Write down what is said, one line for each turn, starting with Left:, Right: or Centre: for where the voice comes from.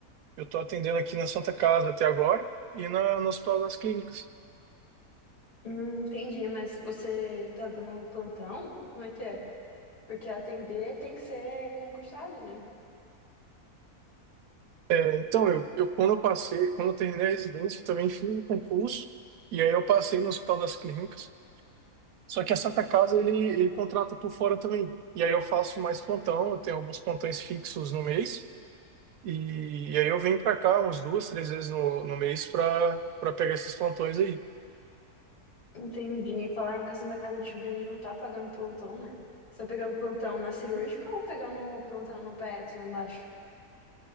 Right: Eu tô atendendo aqui na Santa Casa até agora e na, no Hospital das Clínicas.
Left: Hum, entendi, mas você tá dando plantão? Como é que é? Porque atender tem que ser concursado, né?
Right: É, Então, eu, eu quando eu passei, quando eu terminei a residência, eu também fiz o concurso e aí eu passei no Hospital das Clínicas. Só que a Santa Casa ele ele contrata por fora também. E aí eu faço mais plantão, eu tenho alguns plantões fixos no mês e, e aí eu venho para cá umas duas, três vezes no, no mês para para pegar esses plantões aí.
Left: Entendi. Falaram que a Santa Casa de Rio Grande não tá pagando plantão, né? Você tá pegando plantão na cirúrgica ou pegando plantão no PET lá embaixo?